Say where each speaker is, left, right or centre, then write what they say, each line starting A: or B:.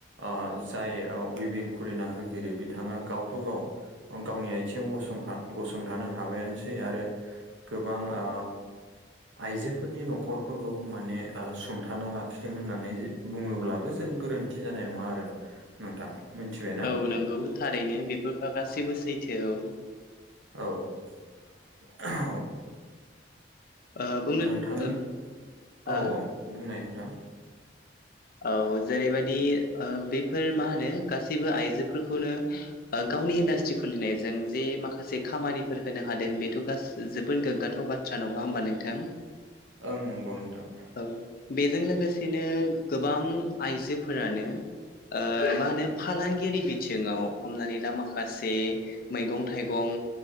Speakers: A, on the right (about 80°); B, on the left (about 50°).
A: ओ जाय उइभिं खुलिना होगिरि बिथाङा गावथ' गाव गावनि आथिङाव गंसं गसंथानो हाबायानोसै बे आरो गोबां ओ आइजोफोरनि न'खर फोरखौबो माने ओ सुंथाना लाखिदों होननानै बुङोब्लाबो जों गोरोन्थि जानाय नङा आरो। नोंथां मिथिबाय
B: औ नंगौ थारैनो बेफोरबा गासैबो सैथो औ
A: औ। औ <unintelligible>
B: ओ बुंनो
A: नोंथांनि
B: ओ हा
A: औ औ बुंनाय नोंथां।
B: औ जेरैबायदि ओ बेफोर मा होनो गासैबो आइजोफोरखौनो ओ गावनि इन्डास्ट्रि खुलिनायजों जे माखासे खामानिफोर होनो हादों बेथ' गासै जोबोद गोग्गाथाव बाथ्रा बाथ्रा नङा होमबा नोंथां।
A: ओं नंगौ नोंथां।
B: औ बेजों लोगोसेनो गोबां आइजोफोरानो ओ मा होनो फालांगियारि बिथिङाव हमनानै ला माखासे मैगं - थाइगं